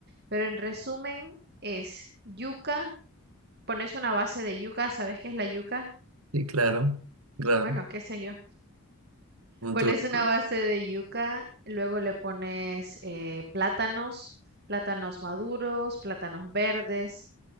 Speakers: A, on the right; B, on the right.
A: Pero en resumen, es yuca, pones una base de yuca, ¿sabes qué es la yuca?
B: Sí, claro, claro.
A: Bueno, qué sé yo.
B: Un
A: Pones
B: tubérculo.
A: una base de yuca, luego le pones eh, plátanos, plátanos maduros, plátanos verdes,